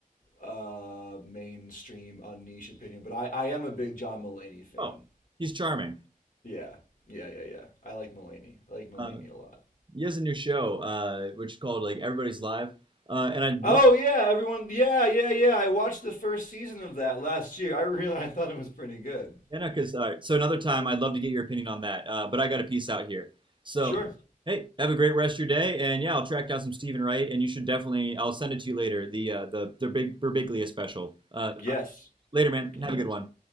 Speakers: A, on the left (about 70°); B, on the right (about 35°).
A: uh, mainstream, unniche opinion, but I, I am a big John Mulaney fan.
B: oh, he's charming.
A: Yeah, yeah, yeah, yeah. I like Mulaney. I like Mulaney
B: Uh,
A: a lot.
B: he has a new show, uh, which is called like Everybody's Live, uh, and I love
A: Oh yeah, everyone. Yeah, yeah, yeah. I watched the first season of that last year. I really, I thought it was pretty good.
B: Yeah, no, because all right. So another time, I'd love to get your opinion on that. Uh, but I got a piece out here. So,
A: Sure.
B: hey, have a great rest of your day, and yeah, I'll track down some Stephen Wright, and you should definitely. I'll send it to you later. The uh, the the big Berbiglia special. Uh,
A: Yes.
B: later, man.
A: Yeah.
B: Have a good one.